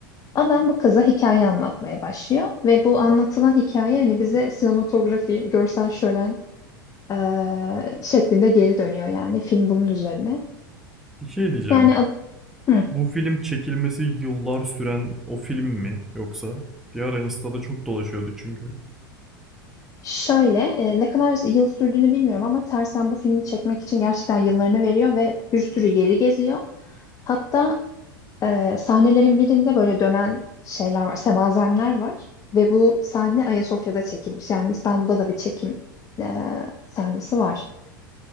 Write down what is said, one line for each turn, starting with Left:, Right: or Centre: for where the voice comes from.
Left: Adam bu kıza hikaye anlatmaya başlıyor ve bu anlatılan hikaye hani bize sinematografi, görsel şölen eee, şeklinde geri dönüyor yani film bunun üzerine.
Centre: Bir şey diyeceğim.
Left: Yani ad- hı,
Centre: Bu film çekilmesi yıllar süren o film mi yoksa? Bir ara Insta'da çok dolaşıyordu çünkü.
Left: şöyle e, ne kadar yıl sürdüğünü bilmiyorum ama Tersen bu filmi çekmek için gerçekten yıllarını veriyor ve bir sürü yeri geziyor. Hatta e, sahnelerin birinde böyle dönen şeyler var, semazenler var ve bu sahne Ayasofya'da çekilmiş. Yani İstanbul'da da bir çekim e, sahnesi var.